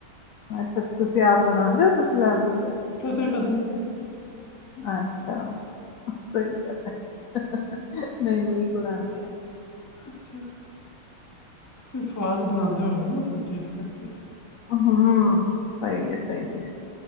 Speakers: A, on the left; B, on the left.
A: ਅੱਛਾ ਤੇ ਤੁਸੀਂ ਆਪ ਬਣਾਦੇਓ ਤੁਸੀਂ ਲੈ ਦਿਓ ਤੇ
B: ਕਦੇ ਕਦੇ
A: ਅੱਛਾ ਸਹੀ ਗੱਲ ਹੈ ਮੈਂ ਮ ਬਣਾਉਂਦੀ ਆ
B: ਅੱਛਾ ਤੁਸੀਂ ਸਵਾਦ ਬਣਾਉਂਦੇ ਹੋਗੇ ਨਾ ਸਬਜ਼ੀ ਇਸ ਕਰਕੇ
A: ਹੂ ਸਹੀ ਹੈ ਸਹੀ ਹੈ